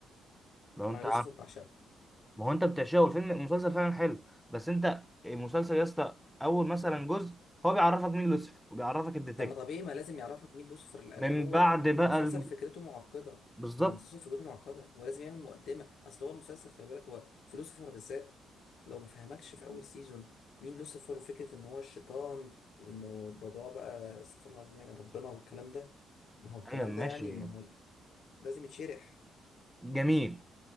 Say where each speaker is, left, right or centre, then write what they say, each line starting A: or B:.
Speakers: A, in the centre; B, on the left.
A: لو
B: مع
A: انت
B: يوسف بعشقه
A: ما هو انت بتعشقه والفيلم المسلسل فعلا حلو بس انت المسلسل يا اسطى اول مثلا جزء هو بيعرفك مين لوسيفر وبيعرفك الديتكتيف
B: طب ما طبيعي ما لازم يعرفك مين لوسيفر لان
A: من
B: هو
A: بعد بقى
B: المسلسل
A: الم...
B: فكرته معقده
A: بالظبط
B: ما هو المسلسل فكرته معقده هو لازم يعمل مقدمه اصل هو المسلسل خلي بالك هو في لوسيفر بالذات لو ما فهمكش في اول سيزون مين لوسيفر وفكره ان هو الشيطان وانه باباه بقى استغفر الله العظيم يعني ربنا والكلام ده ما هو الكلام
A: ايوه ماشي
B: ده يعني ما هو لازم يتشرح
A: جميل